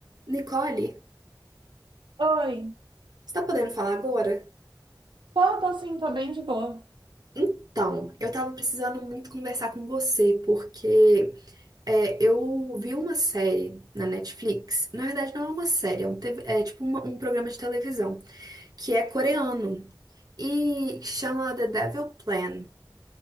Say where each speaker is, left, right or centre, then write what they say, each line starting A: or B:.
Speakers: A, on the right (about 55°); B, on the right (about 80°).
A: Nicole,
B: Oi,
A: você tá podendo falar agora?
B: tô, tô sim, tô bem de boa.
A: Então, eu tava precisando muito conversar com você, porque é, eu vi uma série na Netflix. Na verdade, não é uma série, é, um TV é tipo uma- um programa de televisão, que é coreano e chama The Devil Plan.